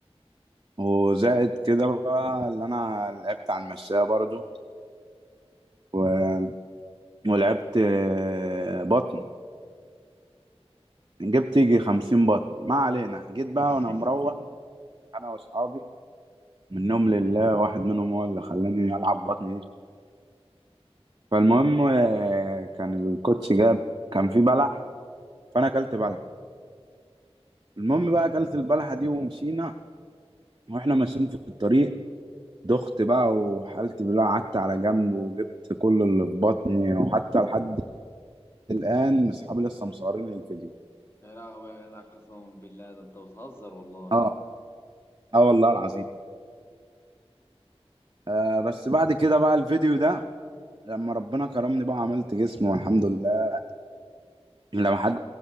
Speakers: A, on the right (about 40°); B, on the left (about 20°).
A: وزائد كده بقى اللي انا لعبت على المشاية برضو و... ولعبت آه، بطن جبت يجي خمسين بطن ما علينا جيت بقى
B: <laughs>
A: وانا مروح انا واصحابي منهم لله واحد منهم هو اللي خلاني العب بطن فالمهم آه، كان الكوتش جاب كان في بلح فانا اكلت بلح المهم بقى اكلت البلحه دي ومشينا واحنا ماشيين في الطريق دخت بقى وحالتي بالله قعدت على جنب وجبت كل اللي في بطني وحتى لحد الان اصحابي لسه مصورين لي الفيديو
B: يا لهوي يا جدع قسما بالله ده انت بتهزر والله
A: اه اه والله العظيم آه بس بعد كده بقى الفيديو ده لما ربنا كرمني بقى عملت جسم والحمد لله لما حد